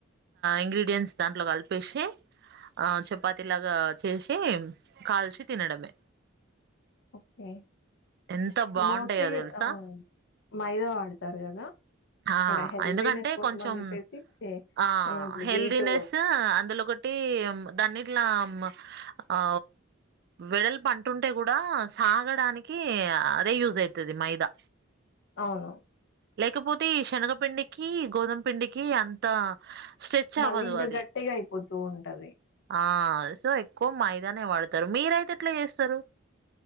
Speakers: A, on the right; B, on the left.
A: ఇంగ్రీడియంన్ట్స్ దాంట్లో కలిపేసి చపాతి లాగా చేసి కాల్చి తినడమే
B: ఓకే.
A: ఎంత బాగుంటాయో
B: మోస్ట్లీ
A: తెలుసా
B: ఆ మైదా వాడతారు కదా
A: ఆ
B: అంటే హెల్దీనెస్
A: ఎందుకంటే
B: కోసం
A: కొంచెం
B: అని చెప్పేసి
A: ఆ
B: మనం ఇప్పుడు
A: హెల్దీనెస్
B: వీటు
A: అందులో ఒకటి దాన్ని లామ్ ఆ వెడల్పుఅంటుంటే కూడా సాగడానికి అదే యూజ్ అవుతుది మైదా
B: అవును
A: లేకపోతే ఈ శనగపిండికి గోధుమ పిండికి అంత స్ట్రెచ్
B: మళ్ళీ
A: అవ్వదు
B: ఇంకా
A: అది
B: గట్టిగా అయిపోతూ ఉంటది
A: ఆ సో ఎక్కువ మయిదానే వాడు మీ రై ఎట్లా జేస్తారు